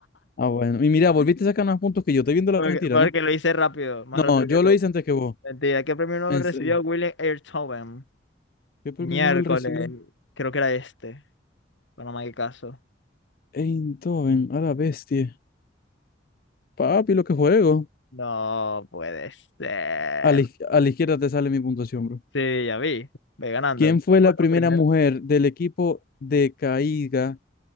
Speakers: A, on the left (about 50°); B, on the left (about 80°).
A: Ah, bueno. Y mira, volviste
B: <laughs>
A: a sacar más puntos que yo. Estoy viendo
B: Porque,
A: la mentira,
B: porque
A: ¿no?
B: lo hice rápido, más
A: No,
B: rápido
A: yo
B: que tú.
A: lo hice antes que vos.
B: Mentira, ¿qué premio Nobel
A: En
B: recibió
A: serio.
B: Willem Einthoven?
A: ¿Qué premio
B: Miércoles.
A: Nobel recibió
B: Creo que era este. Bueno, no me hagas caso.
A: Eindhoven? A la bestia. Papi, lo que juego.
B: No puede ser.
A: A la, iz- a la izquierda te sale mi puntuación, bro.
B: Sí, ya vi, ve ganando.
A: ¿Quién fue
B: Fue
A: la
B: la
A: primera
B: primera.
A: mujer del equipo de Caiga?